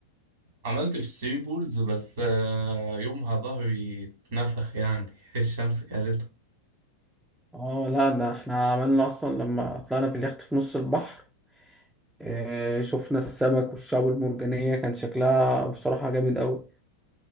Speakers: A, on the right; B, in the centre.
A: عملت في الثري بولز بس آه، يومها ظهري اتنفخ يعني <laughs> الشمس كانت
B: اه لا ده احنا عملنا اصلا لما طلعنا في اليخت في نص البحر اه شفنا السمك والشعب المرجانية كان شكلها بصراحة جامد قوي